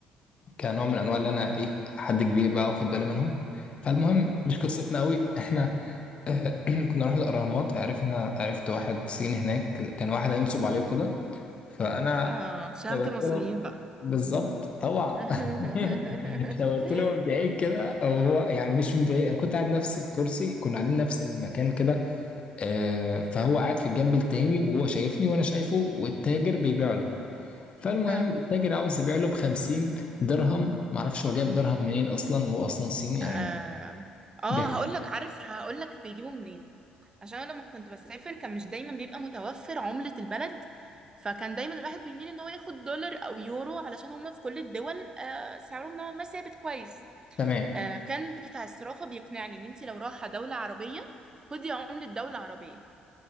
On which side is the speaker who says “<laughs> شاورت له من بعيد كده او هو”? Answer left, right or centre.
Left